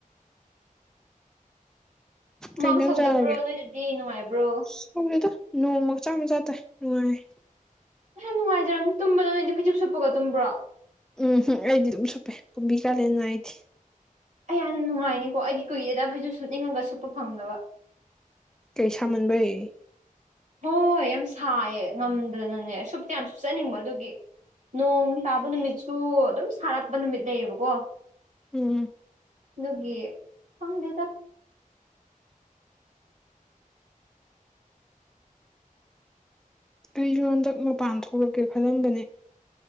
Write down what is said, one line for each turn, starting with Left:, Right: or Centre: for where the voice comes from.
Right: ꯍꯨꯃꯥꯡ
Centre: ꯀꯩꯏꯟꯁꯪ
Right: ꯁꯧꯗꯕ꯭ꯔꯣ
Centre: ꯆꯥꯔꯒꯦ
Right: ꯅꯣꯏꯗꯗꯤ ꯅꯨꯡꯉꯥꯏꯕ꯭ꯔꯣ
Centre: ꯁ ꯈꯪꯗꯦꯗ ꯅꯣꯡꯃ ꯃꯆꯥ ꯃꯆꯥ ꯇꯏ ꯅꯨꯡꯉꯥꯏ
Right: ꯑꯌꯥ ꯅꯨꯡꯉꯥꯏꯖꯔꯝꯅꯤ ꯇꯨꯝꯕꯗ ꯅꯣꯏꯗꯤ ꯐꯩꯖꯨꯞ ꯁꯨꯞꯄꯒ ꯇꯨꯝꯕ꯭ꯔꯣ
Centre: ꯎꯝ ꯍꯪ ꯑꯩꯗꯤ ꯑꯗꯨꯝ ꯁꯨꯞꯄꯦ ꯀꯨꯝꯕꯤ ꯀꯥꯂꯦꯟ ꯅꯏꯗꯦ
Right: ꯑꯩꯌꯥ ꯅꯨꯡꯉꯥꯏꯅꯤꯀꯣ ꯑꯩꯗꯤ ꯀꯨꯏꯔꯦꯗ ꯐꯩꯖꯨꯞ ꯁꯨꯞꯅꯤꯡꯉꯒ ꯁꯨꯞꯄ ꯐꯪꯗꯕ
Centre: ꯀꯩꯁꯥꯃꯟꯕꯩ
Right: ꯍꯣꯏ ꯌꯥꯝ ꯁꯥꯏꯌꯦ ꯉꯝꯗꯅꯅꯦ ꯁꯨꯞꯇꯤ ꯌꯥꯝ ꯁꯨꯞꯆꯠꯅꯤꯡꯕ ꯑꯗꯨꯒꯤ ꯅꯣꯡ ꯇꯥꯕ ꯅꯨꯃꯤꯠꯁꯨ ꯑꯗꯨꯝ ꯁꯥꯔꯛꯄ ꯅꯨꯃꯤꯠ ꯂꯩꯌꯦꯕꯀꯣ
Centre: ꯎꯝ
Right: ꯑꯗꯨꯒꯤ ꯈꯪꯗꯦꯗ
Centre: ꯑꯩꯁꯨ ꯍꯟꯗꯛ ꯃꯄꯥꯟ ꯊꯣꯛꯂꯛꯀꯦ ꯈꯜꯂꯝꯕꯅꯦ